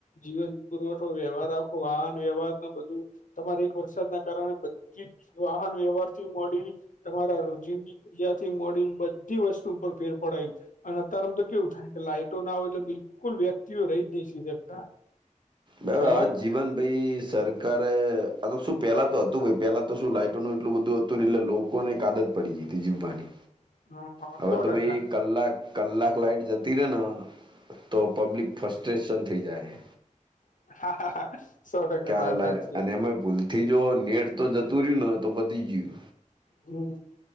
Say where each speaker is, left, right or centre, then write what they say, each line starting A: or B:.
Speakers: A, on the left; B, on the right.
A: જીવન પુરવઠો વ્યવહાર આખો વાહન વ્યવહાર ને બધું તમારે એક વરસાદના કારણે બધી જ વાહન વ્યવહારથી મોડી તમારા રોજિંદી પિયાથી મોડી બધી વસ્તુ પર ફેર પડાય. અને અત્યારે આમ તો કેવું થાય કે લાઈટો ના હોય એટલે બિલકુલ વ્યક્તિઓ રહી જ નઈ શ શકતા
B: હા
A: ખ્યાલ
B: હા જીવન ભાઈ સર કારે શું પેલા તો હતું પેલા તો શું લાઈટોનું એટલું બધું હતું ને એટલે લોકોને એક આદત પડી જીતી જીવવાની
A: <inaudible> હ
B: હવે
A: સો
B: તો
A: ટકા
B: ભાઈ કલાક કલાક લાઈટ જતી રહે ને તો પબ્લિક ફસ્ટ્રેશન થઈ જાય.
A: <unintelligible>
B: ક્યારે
A: વાત
B: લાઈટ
A: સાચી
B: અને એમે ભૂલથી જો નેટ તો જતું રહ્યું ને તો પતી ગયું
A: હમ